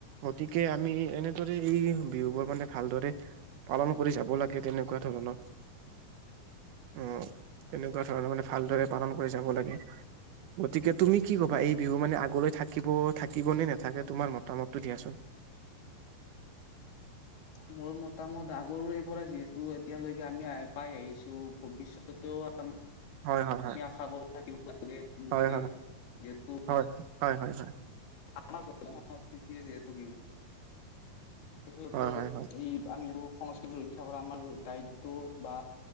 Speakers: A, on the right; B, on the left.
A: গতিকে, আমি এনেদৰে, এই বিহু বোৰ মানে, ভালদৰে পালন কৰি যাব লাগে, তেনেকুৱা ধৰণৰ। অ'! তেনেকুৱা ধৰণৰ মানে, ভালদৰে পালন কৰি যাব লাগে। গতিকে, তুমি কি ক'বা?
B: উম।
A: এই বিহু মানে, আগলৈ থাকিব-থাকিবনে নাথাকে, তোমাৰ মতামতটো দিয়াচোন?
B: মোৰ মতামত, আগৰৰে পৰা যিহেতু, এতিয়ালৈকে আমি পাই আহিছোঁ, ভৱিষ্যতেও আমি
A: হয় হয় হয়
B: আশাবোৰ থাকিব লাগে বুলি।
A: হয়
B: যিহেতু,
A: হয়! হয়, হয়, হয়, হয়!
B: আমাৰ প্ৰধান সংস্কৃতিয়ে যিহেতু। <unintelligible>
A: হয় হয় হয়
B: এই, আমি এইটো সংস্কৃতিৰ ৰক্ষা কৰা আমাৰ দায়িত্ব বা